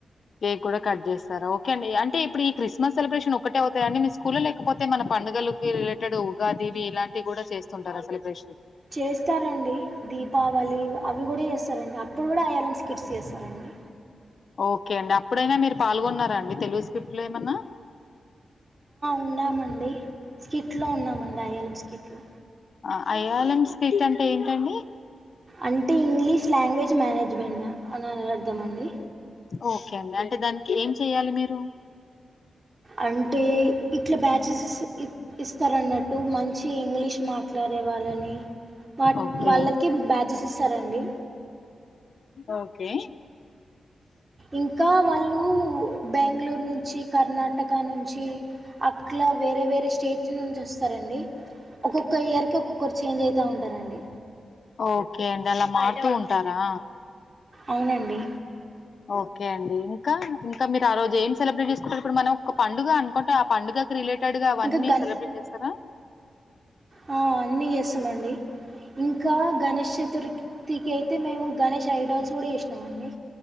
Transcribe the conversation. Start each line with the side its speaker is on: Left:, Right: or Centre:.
Left: కేక్ కూడా కట్ చేస్తారాఓకే అండి అంటే ఇప్పుడు ఈ క్రిస్మస్ సెలబ్రేషన్ ఒకటి అవుతాయి అడి మీ స్కూల్లో లేకపోతే మన పండు పగలకి రిలేటెడ్ ఉగాదీవి ఇలాంటి కూడా చేస్తుంటారు ఆ సెలబ్రేషన్
Right: చేస్తారంండి దీపావళి అవి కూడా చేస్తారండి అప్పుడు కూడా అయలా బిస్కెట్స్ చేస్తారండి
Left: ఓకే అండి అప్పుడైనా మీరు పాల్గొన్నా అండి తెలుగు స్క్రిప్ట్లో ఏమన్నా
Right: ఉన్నామండి స్కిట్లో ఉన్నామండి అయళం స్కిట్లో
Left: ఆ అయళం స్కిట్ అంటే ఏంటండి
Right: అంటే ఇంగ్లీష్ లాంగ్వేజ్ మేనేజ్మెంట్ అనాని అర్థం అండి
Left: ఓకే అండి, అంటే దానికి ఏం చెయ్యాలి మీరు
Right: అంటే ఇట్లా బ్యాచెసేస్ ఇస్తారన్నట్టు మంచి ఇంగ్లీష్ మాట్లాడే వాళ్ళని వాట్
Left: ఓకే
Right: వాళ్ళకి బ్యాచెసెస్ ఇస్తారండి
Left: ఓకే
Right: ఇంకా వాళ్ళు, బెంగళూరు నుంచి కర్ణాటక నుంచి, అట్లా వేరే వేరే స్టేట్స్ నుంచి వస్తారండి. ఒక్కొక్క ఇయర్ కి, ఒక్కొక్కరు చేంజ్ అవుతా ఉంటారండి.
Left: ఓకే అండి అలా కు ఉంటారా
Right: అవునండి
Left: ఓకే అండి, ఇంకా ఇంకా మీరు ఆ రోజు ఏం సెలబ్రేట్ చేసుకుంటారు. ఇప్పుడు మనం ఒక పండుగ అను టే ఆ పండుగకి రిలేటెడ్ గా అవన్నీ
Right: ఇంకా గన్
Left: సెలబ్రేట్ చేస్తారా
Right: ఆ, అన్నీ చేస్తామండి ఇంకా గణేష్ చతురికిర్థికి అయితే మేము గణేష్ ఐడల్స్ కూడా చేసినామండి